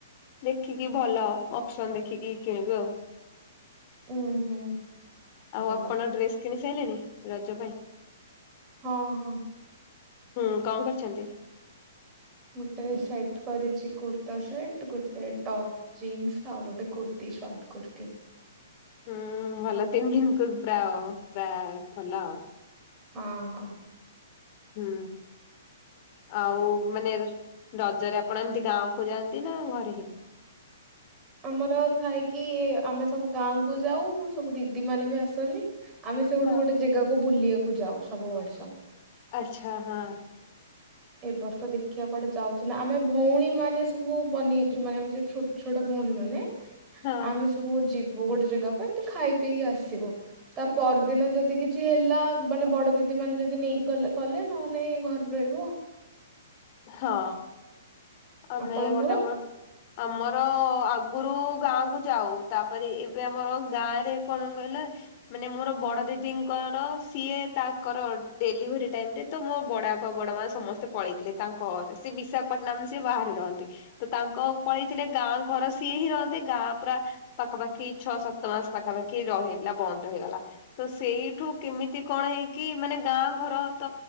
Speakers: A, on the left; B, on the right.
A: ଦେଖିକି ଭଲ ଅପସନ ଦେଖିକି କିଣିବି ଆଉ।
B: ହୁଁ ହୁଁ। ଭଲ
A: ଆଉ ଆପଣ ଡ୍ରେସ୍ କିଣି ସାରିଲେଣି ରଜ ପାଇଁ?
B: ହଁ ହଁ।
A: ହୁଁ କଣ କରୁଛନ୍ତି?
B: ଗୋଟେ ସେଟ୍ କରିଛି କୁର୍ତ୍ତା ସେଟ, ଗୋଟେ ଟପ୍। ଜୀନ୍ସ୍ ଆଉ ଗୋଟେ କୁର୍ତି, ଶର୍ଟ କୁର୍ତି।
A: ହୁଁ ଭଲ ତିନି ଦିନକୁ, ପୁରା ଆଉ ପୁରା ଭଲ ଆଉ।
B: ହଁ ହଁ।
A: ହୁଁ ଆଉ ମାନେ ରଜରେ ଆପଣ ଏମିତି ଗାଁକୁୁ ଯାଆନ୍ତି ନା ଘରେ ହିଁ?
B: ଆମର ଥାଏକି ଆମେ ସବୁ ଗାଁ କୁ ଯାଉ ମୁଁ ସବୁ ଦିଦି ମାନେ ବି ଆସନ୍ତି। ଆମେ ସେଉଠୁ
A: ହଁ
B: ଗୋଟେ ଜାଗାକୁ ବୁଲିବାକୁ ଯାଉ ସବୁ ବର୍ଷ।
A: ଆଚ୍ଛା ହଁ।
B: ଏ ବର୍ଷ ଦେଖିବା କୁଆଡେ ଯାଉଛ ନା, ଆମେ ଭଉଣୀ ମାନେ ସବୁ ବନେଇଛୁ ମାନେ ଆମେ ଯୋଉ ଛୋଟ ଛୋଟ ଭଉଣୀ ମାନେ।
A: ହଁ
B: ଆମେ ସବୁ ଯିବୁ ଗୋଟେ ଜାଗାକୁ ଏମିତି ଖାଇ ପିଇକି ଆସିବୁ। ତା ପରଦିନ ଯଦି କିଛି ହେଲା ମାନେ ବଡ ଦିଦି ମାନେ ଯଦି ନେଇକି କଲେ କଲେ ନହେଲେ ଘ ରହିବ।
A: ହଁ ଆମେ
B: ଆପଣଙ୍କର?
A: ଗୋଟେ ବର୍ଷ ଆମର ଆଗରୁ ଗାଁ କୁ ଯାଉ, ତାପରେ ଏବେ ଆମର ଗାଁ ରେ କଣ କହିଲ ମାନେ ମୋର ବଡ ଦିଦିଙ୍କର ସିଏ ତାଙ୍କର ଡେଲିଭରି ଟାଇମ୍ ରେ ତ ମୋ ବଡ ବାପା ବଡ ମାଆ ସମସ୍ତେ ପଳେଇଥିଲେ ତାଙ୍କ ଘରେ ସେ ବିଶାଖାପାଟନାମ୍ ସେ ବାହାରେ ରହନ୍ତି। ତ ତାଙ୍କ ପଳେଇଥିଲେ, ଗାଁ ଘର ସିଏ ହିଁ ରହନ୍ତି ଗାଁ ପୁରା ପାଖାପାଖି ଛଅ ସାତ ମାସ ପାଖାପାଖି ରହିଥିଲା ବନ୍ଦ ହେଇଗଲା। ତ ସେଇଠୁ କେମିତି କଣ ହେଇକି ମାନେ ଗାଁ ଘର ତ